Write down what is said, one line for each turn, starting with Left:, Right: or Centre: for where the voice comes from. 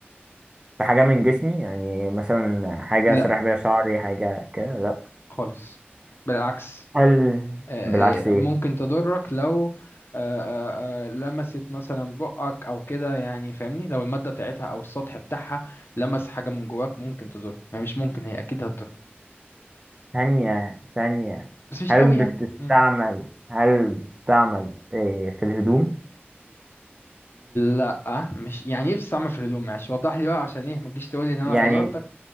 Right: في حاجة من جسمي يعني مثلا حاجة
Left: لا
Right: أسرح بيها شعري حاجة كده لأ
Left: خالص بالعكس
Right: هل
Left: آه،
Right: بالعكس إيه
Left: آه، ممكن تضرك لو آه، آه، آه، لمست مثلا بقك او كده يعني فاهمني لو المادة بتاعتها او السطح بتاعها لمس حاجة من جواك ممكن تضر يعني مش ممكن هي اكيد هتضر
Right: ثانية ثانية
Left: بس مش
Right: هل
Left: قوي يعني
Right: بتستعمل
Left: مم.
Right: هل بتستعمل إيه في الهدوم
Left: لا مش يعني ايه بتستعمل في الهدوم معلش وضح لي بقى عشان ايه ما تجيش تقول لي ان انا
Right: يعني
Left: غلطتك